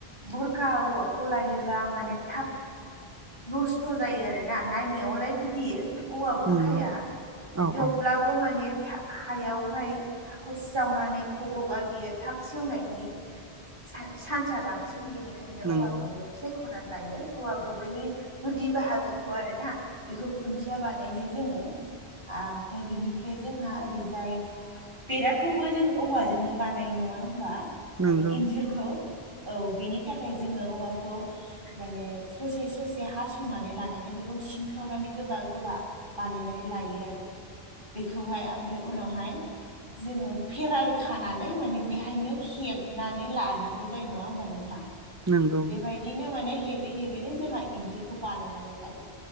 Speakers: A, on the right; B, on the right.
A: बुरखा औवाखौ लायोबा माने थाब नस्थ' जायो आरो ना नायनायावलाय गिदिर औवा बुरखाया
B: नंगौ औ
A: थेवब्ला
B: औ
A: बो माने हायावहाय हाखरसे जावनानै फबोबा बियो थाब सेवनायनि सानस सानसा बांसिन बेनिखायनो
B: नंगौ
A: औवा गुबैखौ सायख'नानै लायो औवा गुबैनि गुदि बाहागोखौ आरोना बेखौ खुन्थिया बानायो जोङो आमफ्राय बेनिफ्राय जोंहा ओरैजाय बेराखौबो जों औवाजोंनो बानायो नङा होमबा
B: नंगौ
A: माने इन्जुरखौ औ बेनि था खाय जोङो औवाखौ माने ससे ससे हासंनानै लानानै बेखौ सिनखावनानै गोबा गोबा बानायनानै लायो आरो बेखौहाय आमफ्राय उनावहाय जोङो फेराय खानानै माने बेहायनो हेबनानै लानांगौ जायो नङा होमबा नों थां
B: नंगौ
A: बेबायदिनो माने हेबै हेबैनो जोंहा इन्जुरखौ बानायनानै लायो